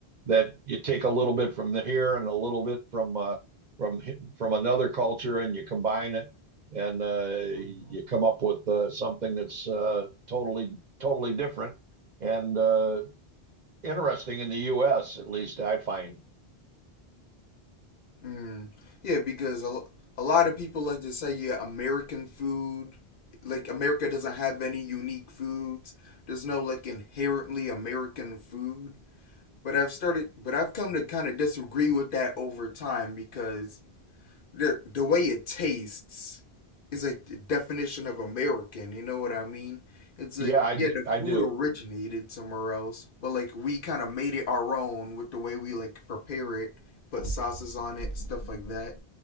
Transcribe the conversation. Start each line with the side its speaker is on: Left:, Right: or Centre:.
Right: that you take a little bit from the here and a little bit from uh, from from another culture and you combine it and uh, you
Left: Mhm.
Right: come up with uh, something that's uh, totally totally different and uh, interesting in the U.S. at least I find.
Left: Mm. Yeah, because a, lo- a lot of people like to say, yeah, American food, like America doesn't have any unique foods. There's no like inherently American food. But I've started, but I've come to kind of disagree with that over time because the the way it tastes is like the definition of American. You know what I mean? It's
Right: Yeah,
Left: like
Right: I
Left: yeah,
Right: d-
Left: the
Right: I
Left: food
Right: do.
Left: originated somewhere else, but like we kind of made it our own with the way we like prepare it, put sauces on it, stuff like that.